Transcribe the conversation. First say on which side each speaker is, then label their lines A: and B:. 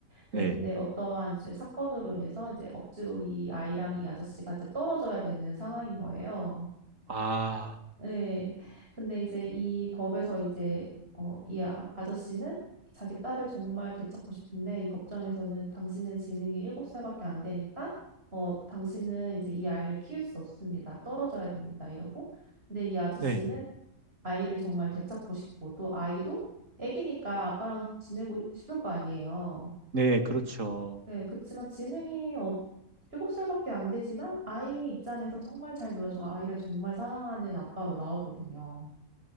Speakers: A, on the right (about 45°); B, on the right (about 65°).
A: 네,
B: 네.
A: 근데 어떠한 이제 사건으로 인해서 이제 억지로 이 아이랑 이 아저씨가 이제 떨어져야 되는 상황인 거예요.
B: 아,
A: 네. 근데 이제 이 법에서 이제 어, 이 아, 아저씨는 자기 딸을 정말 되찾고 싶은데 이 법정에서는 당신은 지능이 7살밖에 안 되니까 어, 당신은 이제 이 아이를 키울 수 없습니다. 떨어져야 됩니다. 이러고. 근데 이 아저씨는
B: 네,
A: 아이를 정말 되찾고 싶고 또 아이도 애기니까 아빠랑 지내고 싶을 거 아니에요.
B: 네, 그렇죠.
A: 네, 그치만 지능이 없, 7살밖에 안 되지만 아이 입장에서 정말 잘 놀아주고 아이를 정말 사랑하는 아빠로 나오거든요.